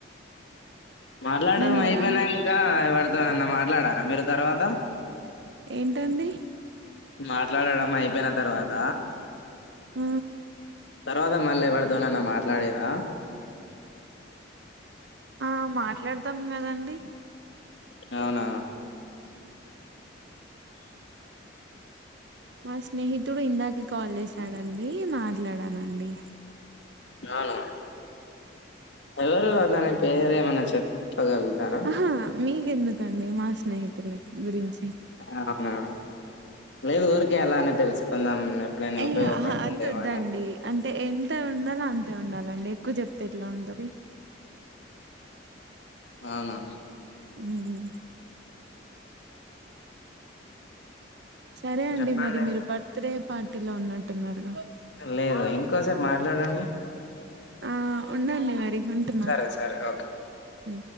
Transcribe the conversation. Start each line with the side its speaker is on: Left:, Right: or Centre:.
Left: మాట్లాడడం
Right: నేను ఇలానే
Left: అయిపోయినంక ఎవరు తో అన్న మాట్లాడారా మీరు తర్వాత
Right: ఏంటండి
Left: మాట్లాడడం అయిపోయిన తర్వాత
Right: ఊ
Left: తర్వాత మళ్ళ ఎవరితో నన్న మాట్లాడిర
Right: ఆ మాట్లాడతాం కదండి
Left: అవునా
Right: మా స్నేహితుడు ఇందాకే కాల్ చేశాడు అండి మాట్లాడాను అండి
Left: అవునా ఎవరు అతని పేరు ఏమన్నా చెప్పగలుగుతారా
Right: ఆహా మీకెందుకండీ మా స్నేహితుల గురించి
Left: అవునా లేదు ఊరికే అలానే తెలుసుకుందాం ఎప్పుడైనా
Right: ఏ
Left: ఉపయోగపడుతుందేమో
Right: ఆహా అంత వద్దండి
Left: అని
Right: అంటే ఎంత ఉండలో హా అంతే ఉండాలండి ఎక్కువ చెప్తే ఎట్లా ఉంటది
Left: అవునా
Right: ఉహు సరే అండి
Left: చెప్పండి
Right: మరి మీరు బర్త్ డే పార్టీలో ఉన్నట్టున్నారుగా
Left: లేదు ఇంకోసేపు మాట్లాడండి
Right: ఆ ఉండండి మరి ఉంటున్నా
Left: సరే సరే ఓకే
Right: ఉమ్.